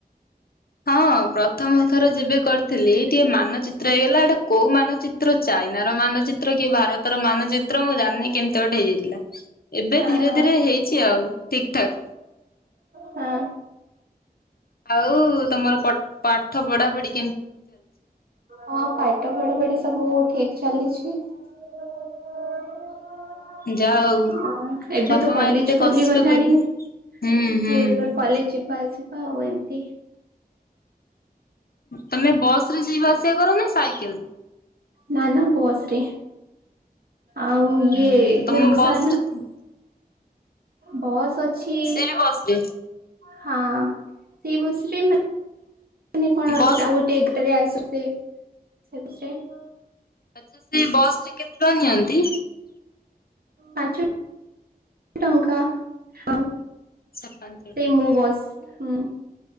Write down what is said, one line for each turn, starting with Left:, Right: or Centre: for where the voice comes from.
Left: ହଁ। ତମ ଥର ଯେବେ କରିଥିଲି ଟିକେ ମାନଚିତ୍ର ହେଇଗଲା ଏଟା କୋଉ ମାନଚିତ୍ର ଚାଇନାର ମାନଚିତ୍ର କିଏ ଭାରତର ମାନଚିତ୍ର ମୁଁ ଜାଣିନି କେମିତି ଗୋଟେ ହେଇଯାଇଥିଲା ଏବେ
Right: ହଁ
Left: ଧୀରେ
Right: ହଁ
Left: ଧୀରେ ହେଇଛି ଆଉ ଠିକ ଠାକ।
Right: ହଁ।
Left: ଆଉ ତମର ପଟ ପାଟ ଭଢା ଭଢ଼ି।
Right: ହଁ ପଠା ପଢା ପଢି ସବୁ ଠିକ ଚାଲିଛି। <unintelligible>
Left: ଯାହା ହଉ
Right: ଅ ଏବେ
Left: ବାପା
Right: ତ କଲେଜ
Left: ମା ଏତେ
Right: ଖୋଲିଗଲାଣି
Left: କଷ୍ଟ କରି ହୁଁ
Right: ଫ
Left: ହୁଁ
Right: କଲେଜ ଯିବା ଆସିବା। ହଉ ଏମିତି।
Left: ତମେ ବସ ରେ ଯିବା ଆସିବା କର ନା ସାଇକେଲ।
Right: ନାନା ବସରେ। ଆଉ
Left: ହୁଁ
Right: ଇଏ
Left: ତମ
Right: ରୁଖସାନା
Left: ବସ ରେ
Right: ।
Left: ହୁଁ
Right: ବସ୍ ଅଛି
Left: ସେ ବି ବସ ରେ
Right: ହଁ। ସେଇ ବସରେ ମା ମାନେ କଣ
Left: ବସ୍
Right: ଆସ ଆଉ ଗୋଟେ ଏଗଟରେ ଆସୁ। ସେ ସେୁଷରେ। <inaudible>
Left: ଆଚଛା ସେ ବସ ରେ କେତେ। ନିଅନ୍ତି।
Right: ପାଞ୍ଚ ଟଙ୍କା ହଁ।
Left: ସାତ ପାଞ୍ଚ
Right: ସେଇ
Left: ଟଙ୍କା।
Right: ମୋ ବସ୍ ହୁଁ।